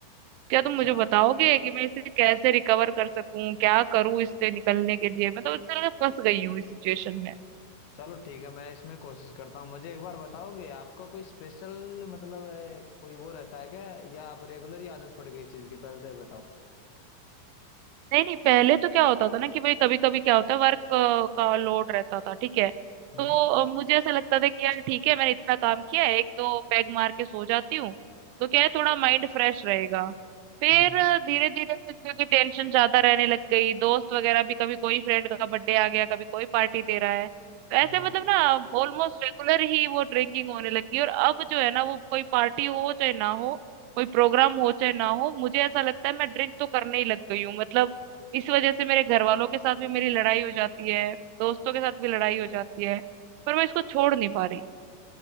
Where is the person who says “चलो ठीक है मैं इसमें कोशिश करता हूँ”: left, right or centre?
Left